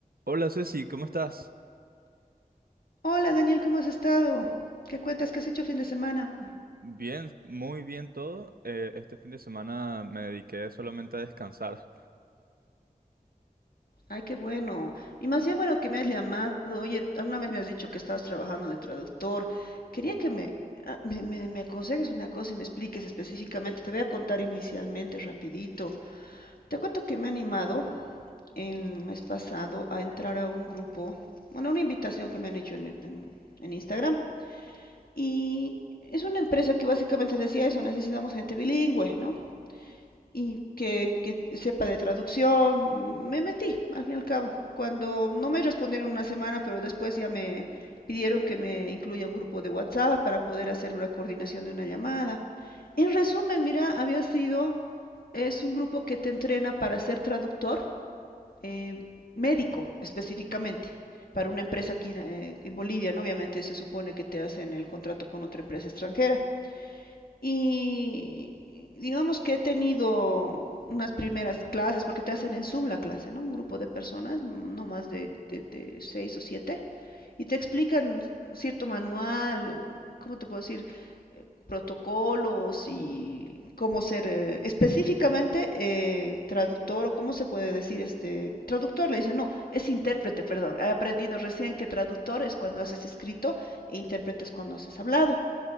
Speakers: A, on the right; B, on the left.
A: Hola Ceci, ¿cómo estás?
B: Hola Daniel, ¿cómo has estado? ¿Qué cuentas? ¿Qué has hecho fin de semana?
A: Bien, muy bien todo. Eh, este fin de semana me dediqué solamente a descansar.
B: Ay, qué bueno. Y más bien bueno que me has llamado. Oye, alguna vez me has dicho que estabas trabajando de traductor. Quería que me, ah, me, me- me aconsejes una cosa y me expliques específicamente. Te voy a contar inicialmente, rapidito. Te cuento que me he animado el mes pasado a entrar a un grupo, bueno, una invitación que me han hecho en, en en Instagram. Y es una empresa que básicamente decía eso, necesitamos gente bilingüe, ¿no? y que, que sepa de traducción. Me metí, al fin y al cabo. Cuando no me respondieron una semana, pero después ya me pidieron que me incluya un grupo de WhatsApp para poder hacer una coordinación de una llamada. En resumen, mira, había sido, es un grupo que te entrena para ser traductor eh, médico específicamente para una empresa aquí eh, en Bolivia, ¿no? Obviamente se supone que te hacen el contrato con otra empresa extranjera. Y digamos que he tenido unas primeras clases, porque te hacen en Zoom la clase, ¿no? Un grupo de personas, mm, no más de, de, de seis o siete, y te explican cierto manual, ¿cómo te puedo decir? Protocolos y cómo ser eh, específicamente eh, traductor o cómo se puede decir este traductor, le dicen, no, es intérprete, perdón. He aprendido recién que traductor es cuando haces escrito e intérprete es cuando haces hablado.